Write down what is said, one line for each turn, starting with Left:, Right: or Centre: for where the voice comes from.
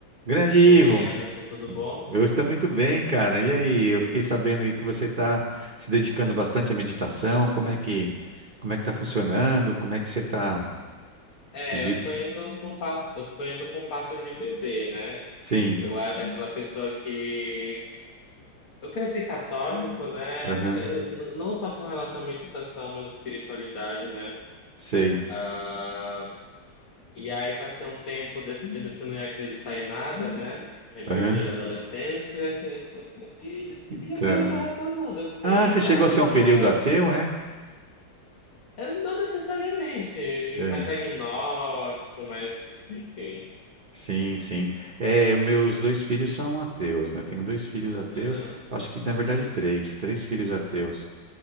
Right: Grande Ivo,
Left: E aí, Emerson, tudo bom?
Right: eu estou muito bem, cara. E aí, eu fiquei sabendo aí que você está se dedicando bastante à meditação. Como é que, como é que tá funcionando? Como é que você está?
Left: É,
Right: Me diz.
Left: eu tô indo com passo, eu tô indo com passos de bebê, né?
Right: Sim.
Left: Eu era daquela pessoa que eu cresci católico, né?
Right: Aham.
Left: É, n- não só com relação à meditação, mas espiritualidade, né?
Right: Sei.
Left: Ah, e aí passei um tempo decidindo que eu não ia acreditar em nada, né? Rebeldia
Right: Aham.
Left: da adolescência. <laughs>
Right: Então.
Left: E agora eu tô retornando assim,
Right: Ah, você
Left: sabe,
Right: chegou a ser um
Left: pra...
Right: período ateu, é?
Left: eu Não necessariamente,
Right: É.
Left: mais agnóstico, mas enfim.
Right: Sim, sim. É, meus dois filhos são ateus, né? Tenho dois filhos ateus.
Left: Aham.
Right: Acho que na verdade três, três filhos ateus.